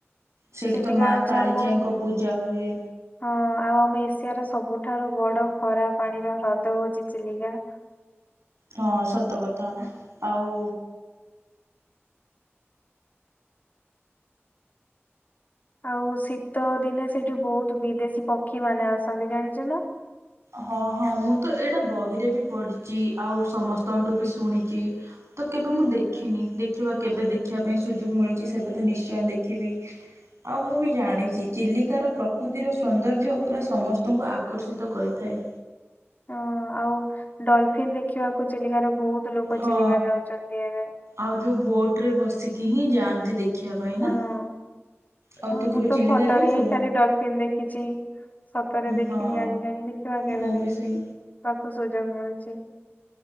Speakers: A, on the right; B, on the left.
A: ସେଇଠି
B: ଚିଲିକା
A: ତ ମା
B: ହଉଛି
A: କାଳିଜାଇଙ୍କ
B: ଆମ
A: ପୂଜା ହୁଏ।
B: ହଁ ଆଉ ଆମ ଏସିଆର ସବୁଠାରୁ ବଡ ଖରା ପାଣିର ହ୍ରଦ ହଉଛି ଚିଲିକା।
A: ହଁ ସତ କଥା ଆଉ
B: ଆଉ ଶୀତ ଦିନେ ସେଇଠି ବହୁତ ବିଦେଶୀ ପକ୍ଷୀ ମାନେ ଆସନ୍ତି ଜାଣିଛୁ ନା?
A: ହଁ ହଁ ମୁଁ ତ ଏଇଟା ବହିରେ ବି ପଢିଛି ଆଉ ସମସ୍ତଙ୍କଠୁ ବି ଶୁଣିଛି? ତ କେବେ ମୁଁ
B: ହୁଁ।
A: ଦେଖିନି ଦେଖିବା କେବେ ଦେଖିବା ପାଇଁ ସୁଯୋଗ ମିଳୁଛି ସେବେ ତ ନିଶ୍ଚୟ ଦେଖିବି। ଆଉ ମୁଁ ବି ଜାଣିଛି ଚିଲିକାର ପ୍ରକୃତିର ସୌନ୍ଦର୍ଯ୍ୟ ଉପରେ ସମସ୍ତଙ୍କୁ ଆକର୍ଷିତ କରି ଥାଏ।
B: ହଁ ଆଉ ଡଲଫିିନ ଦେଖିବାକୁ ଚିଲିକାରେ ବହୁତ ଲୋକ
A: ହଁ
B: ଚିଲିକା ଯାଉଛନ୍ତି ଏବେ
A: ଆଉ ଯେଉଁ ବୋଟରେ ବସିକି ହିଁ ଯାଆନ୍ତି ଦେଖିବା ପାଇଁ
B: ହଁ
A: ନା? ଆଉ ତୁ
B: ମୁଁ
A: କେବେ
B: ତ
A: ଚିଲିକା
B: ଫଟୋରେ
A: ଯାଇଛୁ
B: ହିଁ ଖାଲି ଡଲଫିିନ ଦେଖିଛି। ସତରେ ଦେଖିନି
A: ହଁ
B: ଆଜି ଯାଏ ଦେଖିବା କେବେ
A: ମୁଁ ବି
B: ଦେଖିନି
A: ସେଇ
B: ତାକୁ ସୁଯୋଗ ମିଳୁଛି?